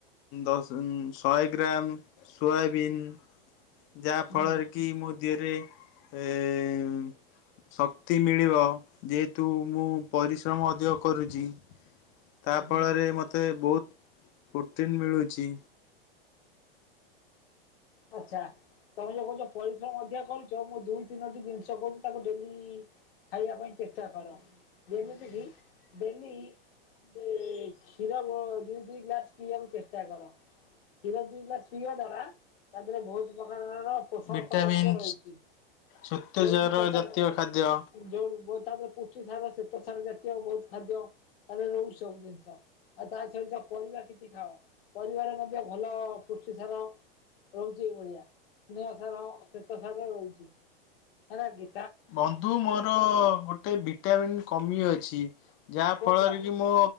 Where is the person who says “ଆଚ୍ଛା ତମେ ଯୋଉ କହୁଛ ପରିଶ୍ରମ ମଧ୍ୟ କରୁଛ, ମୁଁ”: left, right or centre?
Left